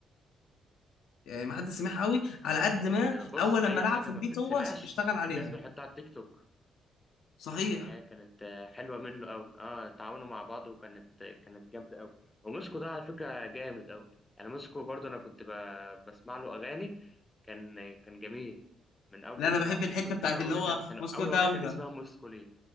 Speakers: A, on the left (about 85°); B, on the left (about 20°).
A: يعني ما حدش سمعها قوي
B: كانت
A: على
B: آه،
A: قد
B: كانت
A: ما
B: بص
A: اول لما
B: اي
A: لعب
B: حاجة
A: في البيت
B: ما بتتسمعش
A: هو اشتغل عليها
B: الناس بيحطها على التيك توك
A: صحيح
B: ما هي كانت آه، حلوة منه أوي اه تعاونوا مع بعض وكانت آه، كانت جامدة أوي وموسكو ده على فكرة جامد أوي يعني موسكو برضو أنا كنت ب- بسمع له أغاني كان آه، كان جميل من أول
A: لا انا بحب
B: ما مش
A: الحته
B: فاكر
A: بتاعت
B: كان أول
A: اللي
B: أغنية
A: هو
B: كان, كان أول
A: موسكو دوله
B: أغنية كان اسمها موسكو ليه